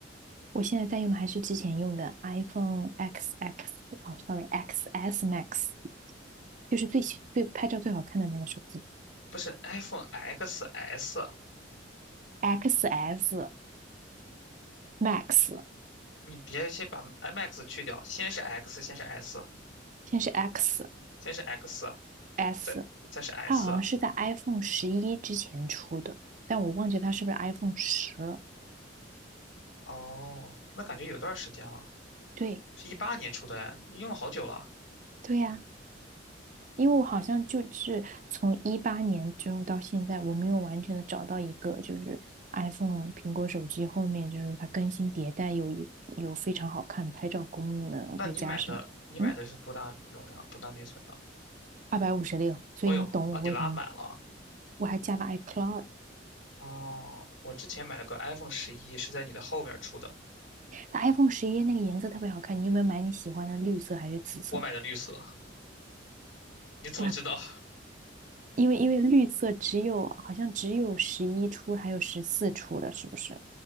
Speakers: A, on the right; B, on the left.
A: 我现在在用的还是之前用的 iPhone XX，哦，sorry XS Max，就是最喜最拍照最好看的那个手机
B: 不是 iPhone XS，
A: XS Max，
B: 你别先把 i Max 去掉，先是 X，先是 S，
A: 现在是
B: 先是 X，
A: XS。
B: 再再是 S。
A: 它好像是在 iPhone 十一之前出的，但我忘记它是不是 iPhone 十了。
B: 哦，那感觉有段时间了，
A: 对，
B: 是一八年出的哎，你用了好久了。
A: 对呀、因为我好像就是从一八年之后到现在，我没有完全的找到一个就是 iPhone 苹果手机后面就是它更新迭代有一有非常好看拍照功能，
B: 那你买的你买的是多大容量、
A: 再加上嗯
B: 多大内存的？
A: 二百五十六，256, 所以你懂我为什么
B: 哦呦，那你拉满了。
A: 我还加了 iCloud。
B: 哦，我之前买了个 iPhone 十一，是在你的后面出的，
A: 它 iPhone 十一那个颜色特别好看，你有没有买你喜欢的绿色还是紫色？
B: 我买的绿色。你怎么知道？
A: 我因为因为绿色只有好像只有十一出还有十四出的，是不是？